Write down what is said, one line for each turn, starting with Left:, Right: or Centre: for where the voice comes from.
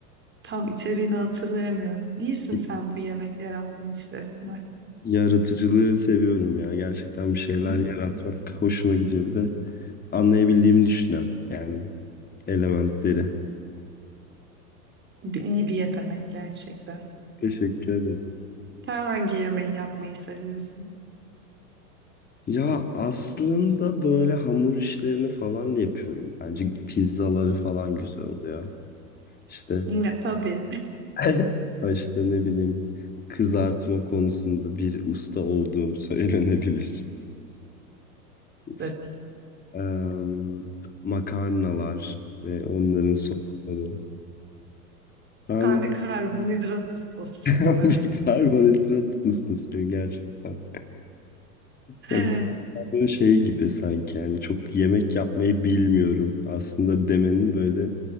Right: Tam içeriğini hatırlayamıyorum. İyisin
Left: Y-
Right: sen bu yemek yaratma işlerinden.
Left: Yaratıcılığı seviyorum ya. Gerçekten bir şeyler
Right: Hı?
Left: yaratmak hoşuma gidiyor. Bir de anlayabildiğimi düşünüyorum. Yani elementleri.
Right: İyi bir yetenek gerçekten.
Left: Teşekkür ederim.
Right: Sen hangi yemeği yapmayı seviyorsun?
Left: Ya aslında böyle hamur işlerini falan da yapıyorum. Bence pizzaları falan güzel oluyor. İşte
Right: Yine tabii.
Left: <laughs> işte ne bileyim kızartma konusunda bir usta olduğum <laughs> söylenebilir. İşte,
Right: <laughs> Evet.
Left: em, makarnalar ve onların sosları. Ben
Right: Kendi karbonhidrat ustasısın
Left: <laughs>
Right: demek.
Left: bir karbonhidrat ustasıyım gerçekten.
Right: <laughs>
Left: Ya biraz
Right: He,
Left: böyle şey gibi sanki yani çok yemek yapmayı bilmiyorum aslında demenin böyle